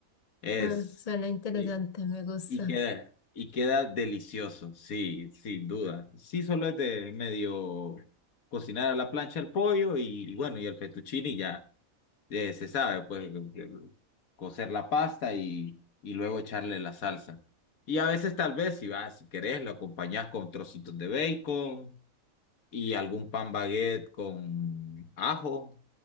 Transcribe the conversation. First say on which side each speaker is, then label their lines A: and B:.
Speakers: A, on the left (about 85°); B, on the left (about 60°).
A: Es
B: ah, suena interesante,
A: y,
B: me gusta.
A: y queda y queda delicioso, sí, sin duda. Sí, solo es de medio cocinar a la plancha el pollo y, y bueno, y el fettuccini ya eh, se sabe, pues el- el- cocer la pasta y, y luego echarle la salsa. Y a veces tal vez si vas, si querés, lo acompañás con trocitos de bacon y algún pan baguette con ajo,